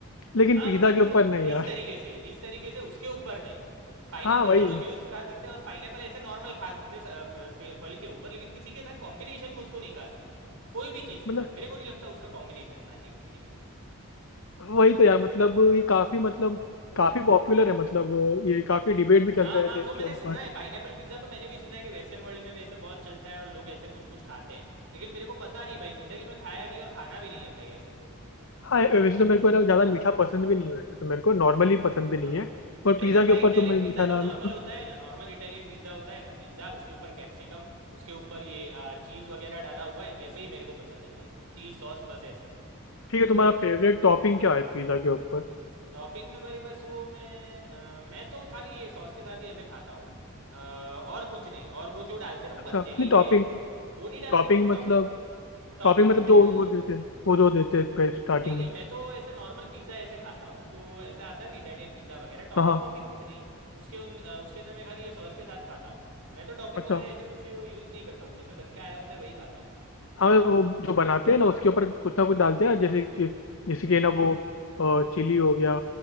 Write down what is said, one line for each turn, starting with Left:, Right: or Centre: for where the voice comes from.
Left: लेकिन
Right: हाँ
Left: पिज्जा
Right: मतलब
Left: के
Right: वो
Left: ऊपर नहीं यार
Right: इस तरीके से इस तरीके से उसके ऊपर नहीं पाइनएप्पल
Left: हाँ वही
Right: चलो जूस खा सकते हैं और पाइनएप्पल ऐसे नॉर्मल खा सकते हैं स- फ- फ- फल के ऊपर लेकिन किसी के साथ कॉम्बिनेशन में उसको नहीं खा सकते कोई भी चीज़ के
Left: मतलब
Right: साथ मेरे को नहीं लगता उसका कॉम्बिनेशन होना चाहिए किसी के भी साथ
Left: वही तो यार मतलब ये काफी मतलब काफी पॉपुलर है मतलब ये काफी डिबेट भी चलते
Right: हाँ हाँ
Left: रहते हैं
Right: वो
Left: इनके
Right: मैंने
Left: ऊपर
Right: सुना है पाइनएपल पिज्ज़ा तो मैंने भी सुना है कि वेस्टर्न वर्ल्ड में वैसे बहुत चलता है और लोग ऐसे कुछ कुछ खाते हैं लेकिन मेरे को पता नहीं भाई ज़िंदगी में खाया नहीं और खाना भी नहीं है भाई ऐसे तो
Left: हाँ वैसे तो मेरे को है ना ज्यादा मीठा पसंद भी नहीं है वैसे तो मेरे को नॉर्मली पसंद भी नहीं
Right: हाँ
Left: है और
Right: मेरे
Left: पिज्जा
Right: को तो भाई
Left: के ऊपर
Right: इटालियन
Left: तो मैं मीठा
Right: पिज़्ज़ा जो
Left: डाल
Right: नॉर्मल
Left: लूं।
Right: होता है ना नॉर्मल इटालियन पिज़्ज़ा होता है ना पिज़्ज़ा उसके ऊपर कैप्सिकम उसके ऊपर ये चीज़ वगैरह डाला हुआ है वैसे ही मेरे को पसंद है भाई चीज़ सॉस बस ऐसे
Left: <laughs> ठीक है तुम्हारा फेवरेट टॉपिंग क्या है पिज्जा के ऊपर
Right: टॉपिंग में भाई बस वो मैं अ, मैं तो खाली ये सॉस के साथ ही ऐसे खाता हूँ अ, और कुछ नहीं और वो जो डालते हैं ना ऊपर
Left: अच्छा
Right: जेली
Left: नहीं टॉपिंग
Right: जय वो वो नहीं डालते
Left: टॉपिंग
Right: वो
Left: मतलब
Right: टॉपिंग टॉपिंग
Left: टॉपिंग मतलब
Right: में मैं
Left: जो वो देते हैं वो जो देते हैं स्टार्टिंग
Right: नहीं नहीं
Left: में
Right: मैं तो ऐसे नॉर्मल पिज़्ज़ा ऐसे खाता हूँ जो ऐसा आता है ना इटालियन पिज़्ज़ा वगैरह टॉपिंग
Left: हाँ हाँ
Right: वॉपिंग कुछ नहीं उसके उन, अ, उसके अंदर मैं खाली ये सॉस के साथ खाता हूँ मैं तो टॉपिंग
Left: अच्छा
Right: वगैरह ऐसे कुछ यूज़ नहीं करता हूँ जैसे बन के आया होता है वही खाता हूँ मैं
Left: हाँ वो जो बनाते हैं ना उसके ऊपर कुछ ना कुछ डालते हैं ना जैसे कि- जैसे कि ना वो चिली हो गया